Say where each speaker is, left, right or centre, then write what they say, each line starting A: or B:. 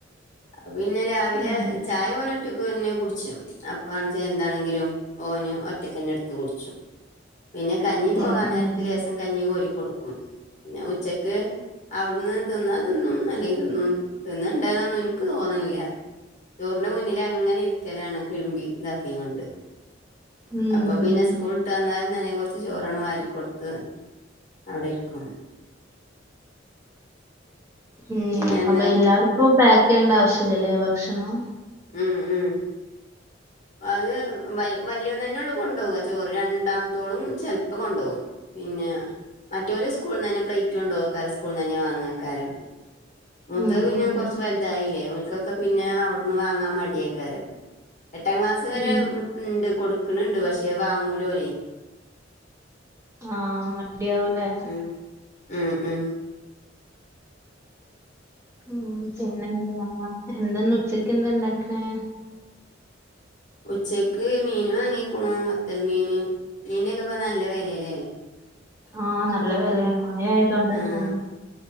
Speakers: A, on the left; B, on the right.
A: അത് പിന്നെ രാവിലെ
B: ഉം
A: ചായ ഓന് ഒറ്റക്ക് തന്നെ കുടിച്ചും അപ്പാണ്ച്ച എന്താണെങ്കിലും ഓന് ഒറ്റക്കെന്നെട്ത്ത് കുട്ച്ചും പിന്നെ കഞ്ഞി പോകാൻ
B: ഉം
A: നേരത്ത്
B: ഉം
A: ലേസം കഞ്ഞി കോരി കൊടുക്കും പിന്നെ ഉച്ചക്ക് അവിടുന്ന് തിന്നാ തിന്നും അല്ലെങ്കിൽ തിന്നും തിന്ന്ണ്ടേന്നൊന്നുൻ ക്ക് തോന്ന്ണ്ല്ല ചോറിന്റെ മുന്നിലങ്ങനെ ഇരിക്കലാണ് കിളിമ്പി താക്കികാണ്ട്
B: ഉം
A: അപ്പൊ പിന്നെ സ്കൂൾ ട്ടന്നാലുംതന്നെ കുറച്ച് ചോറണ് വാരി കൊട്ത്ത് അവിടെ ഇരിക്കും
B: ഉം
A: പിന്നെന്താ
B: അപ്പൊ എല്ലാർക്കും പാക്കയ്യണ്ടാവശ്യല്ലലേ ഭക്ഷണം
A: ഉം ഉം അത് വ വല്യോൻ തന്നെള്ളൂ കൊണ്ടോക ചോറ് രണ്ടാമത്തോളും ചെലപ്പോ കൊണ്ടോകും പിന്നെ മറ്റോല്സ്കൂൾന്നെന്നെ പ്ലേറ്റ് കൊണ്ടോവേക്കാരം സ്കൂൾന്നെന്നെ വാങ്ങേക്കാരം മൂത്തത്
B: ഉം
A: പിന്നെ
B: ഉം
A: കൊർച്ച് വൽതായീലേ ഓൽക്കൊക്കെ പിന്നെ അവിട്ന്ന് വാങ്ങാൻ മടിയേക്കാരം എട്ടാം ക്ലാസ് വരെ
B: ഉം
A: ഉണ്ട് കൊടുക്ക്ണ് ‌ ണ്ട് പക്ഷെ വാങ്ങൂലോലെയ്
B: ആഹ് മടിയാവൂലേ
A: ഉം ഉം ഉം
B: ഉം പിന്നെന്താ എന്താന്നുച്ചക്കെന്താണ്ടാക്കണേ
A: ഉച്ചക്ക് മീന് വാങ്ങിക്കുണു വത്തൽ മീന് മീന്നൊക്കെപ്പ നല്ല വെലേലേ
B: ആഹ് നല്ല വെലേണ് മഴായതോണ്ടാ
A: ആ
B: തോന്നുന്നു